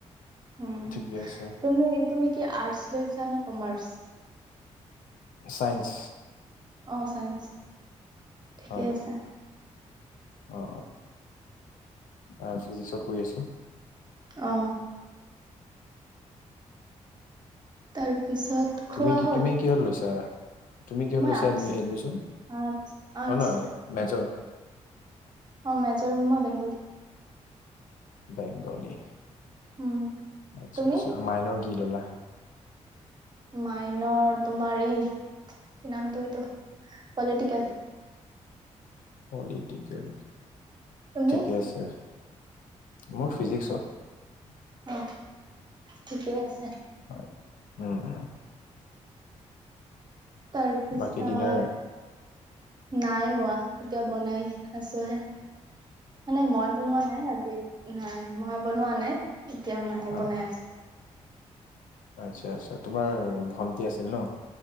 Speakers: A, on the right (about 30°); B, on the left (about 75°).
A: উ
B: ঠিকে আছে
A: তুমি তুমি কি আৰ্টচ লৈছা নে কমাৰ্চ
B: চাইন্স
A: অ চাইন্স ঠিকে
B: হয়
A: আছে
B: অ অ ফিজিক্সত কৰি আছো
A: অ তাৰ পিছত
B: তুমি
A: খোৱা
B: কি
A: হ'ল
B: তুমি কিহত লৈছা তুমি কিহত
A: মই
B: লৈছা
A: আৰ্টচ
B: এডমিশ্যন
A: আৰ্টচ আৰ্টচ
B: অ নহয় মেজৰ
A: অ মেজৰ মই বেংগলী
B: বেংগলী
A: উম
B: আচ্ছা
A: তুমি
B: আচ্ছা মায়নৰ কি ললা
A: মাইনৰ তোমাৰ ই কি নামটো এইটো পলিটিকেল
B: পলিটিকেল
A: তুমি
B: ঠিকে আছে মোৰ ফিজিক্সত
A: অ ঠিকেই আছে
B: হয় উম উম
A: তাৰপিছত
B: বাকী ডিনাৰ
A: নাই হোৱা এতিয়া বনাই আছো হে মানে মই বনোৱা নাই আজি নাই মই বনোৱা নাই এতিয়া মায়ে
B: অ
A: বনাই আছে
B: আচ্ছা আচ্ছা তোমাৰ ভণ্টি আছিল ন